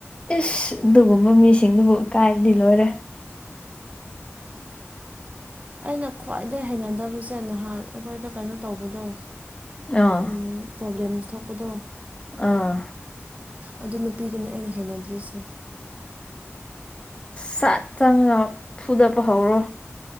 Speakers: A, on the left; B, on the right.
A: ꯏꯁ ꯑꯗꯨꯒꯨꯝꯕ ꯃꯤꯁꯤꯡꯗꯨꯕꯨ ꯏꯀꯥꯏꯔꯗꯤ ꯂꯣꯏꯔꯦ
B: ꯑꯩꯅ ꯈ꯭ꯋꯥꯏꯗꯩ ꯍꯩꯅꯗꯕꯁꯦ ꯅꯍꯥꯟ ꯑꯈꯣꯏꯗ ꯀꯩꯅꯣ ꯇꯧꯕꯗꯣ
A: ꯑꯥ
B: ꯎꯝ ꯄ꯭ꯔꯣꯕ꯭ꯂꯦꯝꯁ ꯊꯣꯛꯄꯗꯣ
A: ꯑꯥ
B: ꯑꯗꯨ ꯅꯨꯄꯤꯗꯨꯅꯦ ꯑꯩꯅ ꯍꯩꯅꯗ꯭ꯔꯤꯁꯦ
A: ꯁꯠ ꯆꯪꯉꯒ ꯐꯨꯗꯠꯄ ꯍꯧꯔꯣ